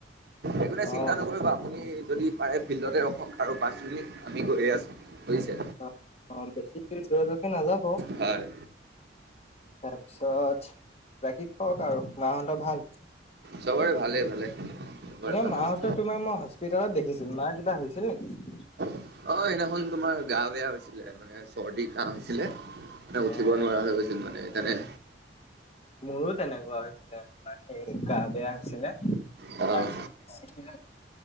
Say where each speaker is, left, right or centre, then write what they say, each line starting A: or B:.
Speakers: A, on the right; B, on the left.
A: একো নাই,
B: অ
A: চিন্তা নকৰিব? আপুনি যদি পাৰে, ফিল্ডতে ৰখক আৰু পাঁচ মিনিট, আমি গৈ আছোঁ, বুজিছে।
B: অ' অ'! বেছি দেৰি দূৰলৈকে নাযাব।
A: হয়!
B: তাৰপিছত, বাকী কওঁক আৰু মাহঁতৰ ভাল?
A: চবৰে ভালে, ভালে। চবৰে
B: তোমাৰ
A: ভাল
B: মাহঁতৰ
A: আছে
B: তোমাৰ, মই হস্পিতালত দেখিছিলোঁ! মা কিবা হৈছিল নেকি?
A: অ'! সেইদিনাখন তোমাৰ, গা বেয়া হৈছিলে। মানে, চৰ্দি-কাহ হৈছিলে। মানে, উঠিব
B: অ অ
A: নোৱাৰা হৈ গৈছিল মানে, সেইকাৰণে।
B: মোৰো তেনেকুৱা হৈছিলে, তোমাৰ সেই, গা বেয়া হৈছিলে। তাৰপিছত,
A: আহ